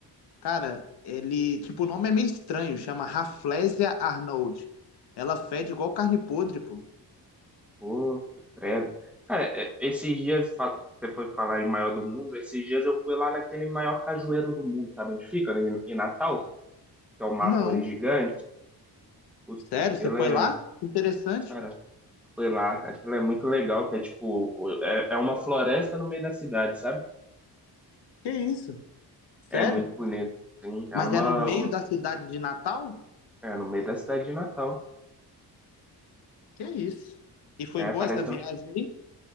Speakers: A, on the left (about 75°); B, in the centre.
A: Cara, ele. Tipo, o nome é meio estranho, chama Rafflesia Arnold. Ela fede igual carne podre, pô.
B: Pô, credo. Cara, é- esses dias, fa- você foi falar em maior do mundo, esses dias eu fui lá naquele maior cajueiro do mundo, sabe onde fica? Em, em Natal, que é uma
A: Não.
B: árvore gigante. Puta,
A: Sério?
B: aquilo
A: Você foi
B: é.
A: lá? Interessante.
B: Cara, foi lá, aquilo é muito legal, que é tipo, o- é, é uma floresta no meio da cidade, sabe?
A: Que isso? Sério?
B: É muito bonito, sim.
A: Mas
B: É uma.
A: é no meio
B: um-
A: da cidade de Natal?
B: É no meio da cidade de Natal.
A: Que isso? E foi
B: É,
A: boa
B: parece
A: essa viagem
B: que
A: aí?